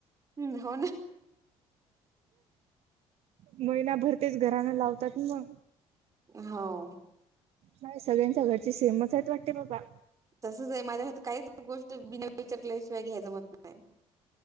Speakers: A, on the right; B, on the right.
A: हम्म हो ना.
B: महिनाभर तेच घरान लावतात म.
A: हाव
B: नाही सगळ्यांच्या घरची सेंमच आहे वाटते बाबा.
A: तसच आहे माझ्या हेत काहीच गोष्ट बिना विचारल्याशिवाय घ्याय जमत नाय.